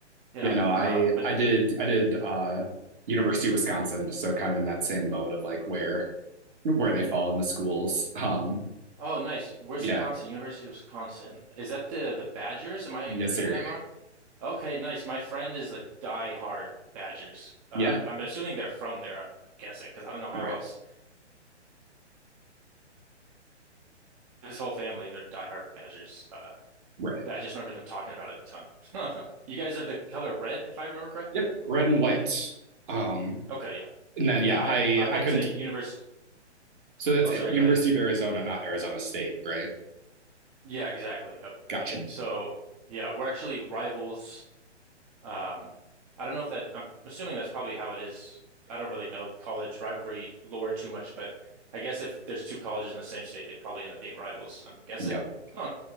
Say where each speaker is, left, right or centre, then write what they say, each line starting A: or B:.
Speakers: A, on the right; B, on the right.
A: Yeah.
B: Yeah, no, I
A: Um, but
B: I did I did uh, University of Wisconsin, so kind of in that same boat of like where where they fall in the schools. Um,
A: Oh, nice. Wisconsin,
B: yeah,
A: University of Wisconsin. Is that the the Badgers? Am I
B: yes,
A: getting
B: sir.
A: that wrong? Okay, nice. My friend is a die-hard Badgers. Uh,
B: Yeah,
A: I'm assuming they're from there, I'm guessing, because I don't know how
B: right,
A: else. His whole family, they're die-hard Badgers. Uh,
B: right.
A: I just remember them talking about it a ton. <laughs> You guys are the color red, if I remember correct?
B: Yep, red and white. Um,
A: Okay, yeah.
B: and then
A: Yeah,
B: yeah,
A: i
B: I
A: I went
B: I couldn't.
A: to university.
B: So that's
A: Oh,
B: it.
A: sorry,
B: University
A: go ahead.
B: of Arizona, not Arizona State, right?
A: Yeah, exactly. Yep.
B: Gotcha.
A: So, yeah, we're actually rivals. Um, I don't know if that, I'm assuming that's probably how it is. I don't really know college rivalry lore too much, but I guess if there's two colleges in the same state, they probably end up being rivals, I'm guessing.
B: Yep.
A: <laughs>